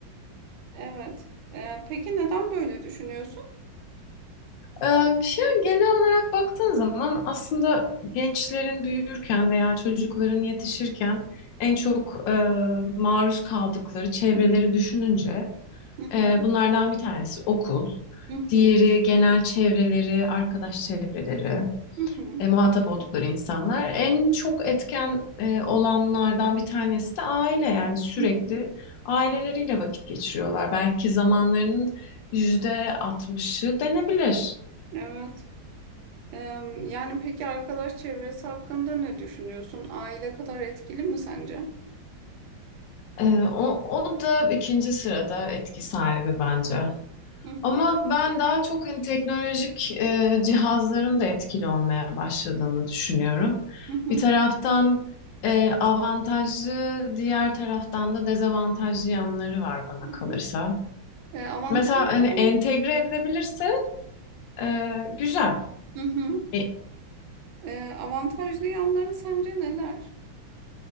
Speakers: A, on the right (about 80°); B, on the left (about 75°).
A: evet. Ee, peki neden böyle düşünüyorsun?
B: E, bir şey, genel olarak baktığın zaman aslında gençlerin büyürken veya çocukların yetişirken en çok e, maruz kaldıkları çevreleri
A: Hı
B: düşününce
A: hı,
B: e, bunlardan bir tanesi okul,
A: hı
B: diğeri
A: hı,
B: genel çevreleri, arkadaş çevreleri.
A: hı hı,
B: e, muhatap oldukları insanlar. En çok etken e, olanlardan bir tanesi de aile yani sürekli
A: hı hı.
B: aileleriyle vakit geçiriyorlar. Belki zamanlarının yüzde 60'ı denebilir.
A: Evet. Ee, yani peki arkadaş çevresi hakkında ne düşünüyorsun? Aile kadar etkili mi sence?
B: E, o, o da ikinci sırada etki sahibi bence.
A: Hı
B: Ama
A: hı,
B: ben daha çok hani teknolojik e, cihazların da etkili olmaya başladığını düşünüyorum.
A: hı hı,
B: Bir taraftan e, avantajlı, diğer taraftan da dezavantajlı yanları var bana
A: hı hı.
B: kalırsa.
A: Ee, avantajlı,
B: Mesela hani entegre edilebilirse e, güzel.
A: hı hı.
B: E,
A: Ee, avantajlı yanları sence neler?